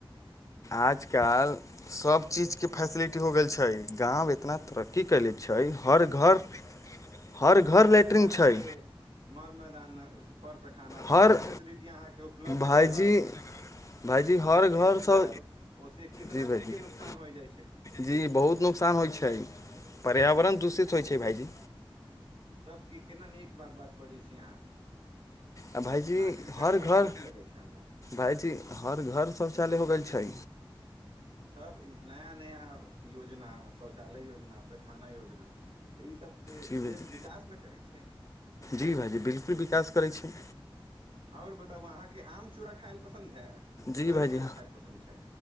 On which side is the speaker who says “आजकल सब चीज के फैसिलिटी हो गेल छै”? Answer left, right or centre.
Left